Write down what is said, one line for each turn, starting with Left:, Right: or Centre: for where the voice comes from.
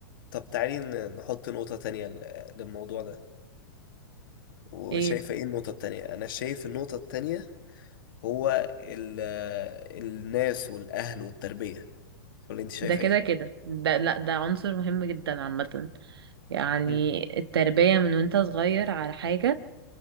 Left: طب تعالي ن- نحط نقطة تانية ل- للموضوع ده وشايفة
Right: ايه
Left: ايه النقطة التانية أنا شايف النقطة التانية هو ال الناس والأهل والتربية ولا أنت شايفة
Right: ده كده
Left: ايه؟
Right: كده ده لا ده عنصر مهم جدا عامة يعني
Left: مم.
Right: التربية من وانت صغير على حاجة